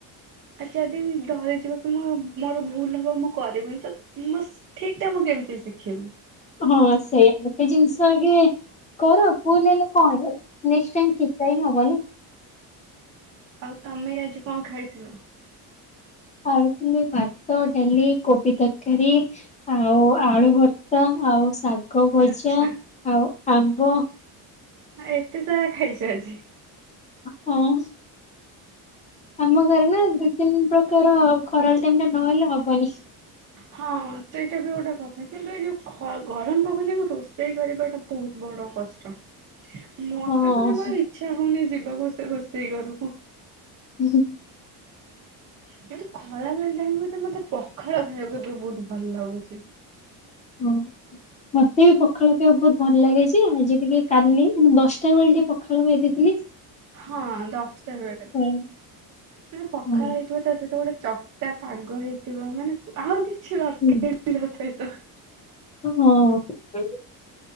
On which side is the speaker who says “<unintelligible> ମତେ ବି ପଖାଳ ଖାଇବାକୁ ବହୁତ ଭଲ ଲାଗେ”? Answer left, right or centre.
Left